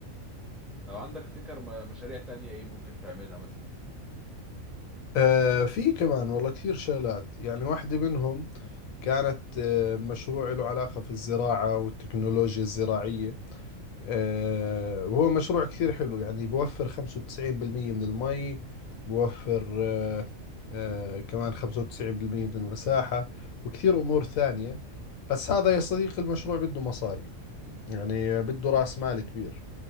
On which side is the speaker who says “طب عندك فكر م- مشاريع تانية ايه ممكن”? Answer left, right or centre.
Centre